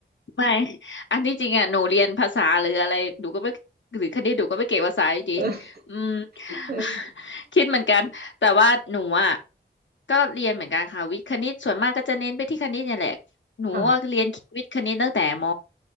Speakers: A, on the left; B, on the right.
A: ไม่อันที่จริงอ่ะหนูเรียนภาษาหรืออะไรหนูก็ไม่หรือคณิตหนูก็ไม่เก่งภาษาอยู่ดี
B: เออ
A: อืม
B: เออ
A: <laughs> คิดเหมือนกันแต่ว่าหนูอ่ะก็เรียนเหมือนกันค่ะวิทย์คณิตส่วนมากก็จะเน้นไปที่คณิตเนี่ยแหละหนูอะเรียนวิทย์คณิตตั้งแต่ม
B: ค่ะ